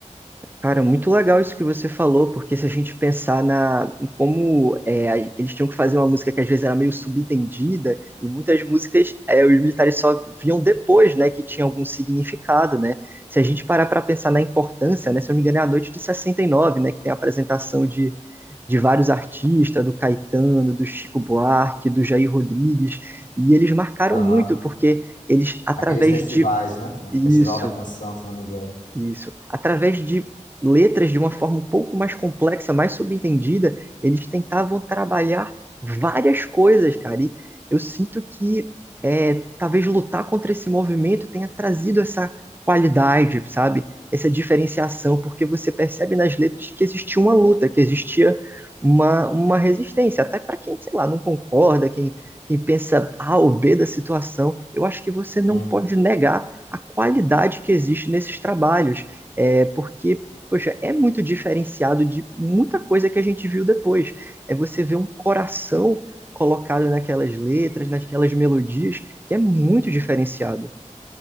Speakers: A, on the right; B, on the left.
A: Cara, muito legal isso que você falou, porque se a gente pensar na, em como é, a- eles tinham que fazer uma música que às vezes era meio subentendida, e muitas músicas é, os militares só viam depois, né, que tinha algum significado, né? Se a gente parar para pensar na importância, né, se eu não me engano é a noite de 69, né, que tem a apresentação de, de vários artistas, do Caetano, do Chico Buarque, do Jair Rodrigues, e eles marcaram
B: Aham.
A: muito, porque eles, através
B: Aqueles festivais,
A: de...
B: né?
A: Isso,
B: Festival da Canção, se não me engano.
A: isso. Através de letras de uma forma um pouco mais complexa, mais subentendida, eles tentavam trabalhar várias coisas, cara. E eu sinto que é, talvez lutar contra esse movimento tenha trazido essa qualidade, sabe? Essa diferenciação, porque você percebe nas letras que existia uma luta, que existia uma, uma resistência, até para quem, sei lá, não concorda, quem, quem pensa A ou B da situação. Eu acho que você não
B: Sim.
A: pode negar a qualidade que existe nesses trabalhos, é, porque, poxa, é muito diferenciado de muita coisa que a gente viu depois. É você ver um coração colocado naquelas letras, naquelas melodias, que é muito diferenciado.